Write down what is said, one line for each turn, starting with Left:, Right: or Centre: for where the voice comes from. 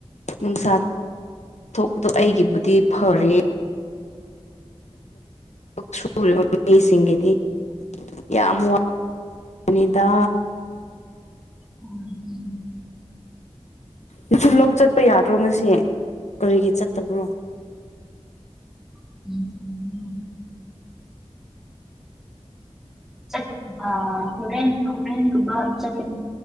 Left: ꯅꯨꯡꯁꯥ ꯊꯣꯛꯄꯗꯣ
Centre: ꯎꯝ
Left: ꯑꯩꯒꯤꯕꯨꯗꯤ ꯐꯔꯦ ꯁꯨꯔꯤꯕ ꯃꯤꯁꯤꯡꯒꯤꯗꯤ <unintelligible> ꯌꯥꯝ ꯋꯥ ꯅꯤꯗ
Centre: ꯎꯝ ꯎꯝ <inaudible>
Left: ꯅꯁꯨ ꯂꯧ ꯆꯠꯄ ꯌꯥꯗ꯭ꯔꯣ ꯉꯁꯤ ꯀ꯭ꯔꯤꯒꯤ ꯆꯠꯇꯕ꯭ꯔꯣ
Centre: <unintelligible> ꯆꯠ ꯑꯥ ꯍꯨꯔꯦꯟ ꯍꯨꯔꯦꯟꯒꯨꯝꯕ ꯆꯠꯀꯅꯤ